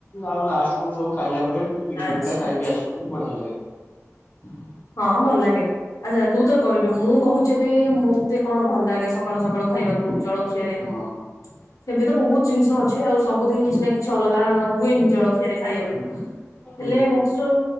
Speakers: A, on the left (about 30°); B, on the left (about 85°).
A: ଆଉ ଲାଷ୍ଟକୁ ସବୁ ଖାଇଲା ପରେ ମିଠା
B: ଆଚ୍ଛା
A: ମିଠା ଖାଇକି
B: ଆଚ୍ଛା।
A: ଆସୁ ବଢିଆ ଲାଗେ। ହୁଁ।
B: ହଁ ଭଲ ଲାଗେ ଆଚ୍ଛା ତୁ ତ କହିଲୁ ମୁଁ କହୁଛେ ଏବେ ମତେ କଣ ଭଲ ଲାଗେ ସକାଳୁ ସକାଳୁ ଖାଇବାକୁ ଜଳଖିଆରେ
A: ହଁ
B: ସେମିତି ତ ବହୁତ ଜିନିଷ ଅଛି ଆଉ ସବୁଦିନ କିଛି ନା କିଛି ଅଛି ଲଗା ହୁଏନି ଜଳଖିଆରେ ଖାଇବାକୁ ହେଲେ
A: ହୁଁ
B: ମତେ ଯୁ